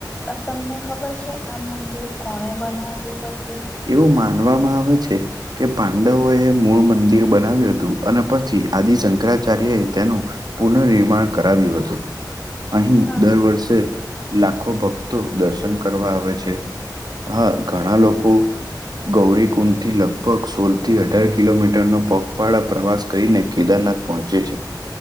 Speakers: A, on the left; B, on the right.
A: અ તમને ખબર છે આ મંદિર કોણે બનાવ્યું હતું
B: એવું માનવામાં આવે છે. કે પાંડવોએ મૂળ મંદિર બનાવ્યું હતું અને પછી આદિ શંકરાચાર્યએ તેનું પુનઃનિર્માણ કરાવ્યું હતું અહીં
A: હા
B: દર વર્ષે લાખો ભક્તો દર્શન કરવા આવે છે હા ઘણાં લોકો ગૌરીકુંડથી લગભગ સોલથી અઢાર કિલોમીટરનો પગપાળા પ્રવાસ કઈને કેદારનાથ પહોંચે છે